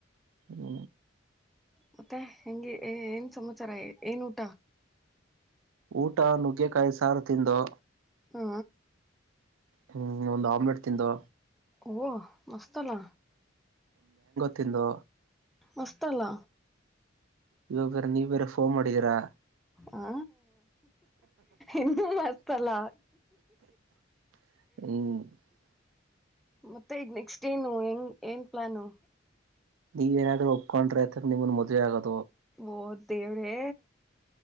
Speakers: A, on the right; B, in the centre.
A: ಹ್ಮ
B: ಮತ್ತೆ ಹೆಂಗೆ ಏ ಏ ಏನ್ ಸಮಾಚಾರ ಏನ್ ಊಟ.
A: ಊಟ ನುಗ್ಗೆಕಾಯಿ ಸಾರು ತಿಂದೋ.
B: ಹಾ
A: ಹ್ಮ್ ಒಂದ್ ಆಮ್ಲೆಟ್ ತಿಂದೊ.
B: ಓ ಮಸ್ತಲ್ಲ.
A: ತಿಂದೋ.
B: ಮಸ್ತಲ್ಲ.
A: ಇವಾಗ ಬೇರೆ ನೀವ್ ಬೇರೆ ಫೋನ್ ಮಾಡಿದೀರಾ.
B: ಹಾ ಇನ್ನುೂ ಮಸ್ತ್ ಅಲ್ಲ
A: ಹ್ಮ
B: ಮತ್ತೆ ಈಗ್ ನೆಕ್ಸ್ಟ್ ಏನು ಹೆಂಗ್ ಏನ್ ಪ್ಲಾನು.
A: ನೀವೇನಾದ್ರೂ ಒಪ್ಕೊಂಡ್ರೆ ತೀರ್ಗ ನಿಮ್ಮನ್ ಮದುವೆ ಆಗದು.
B: ಓ ದೇವ್ರೇ.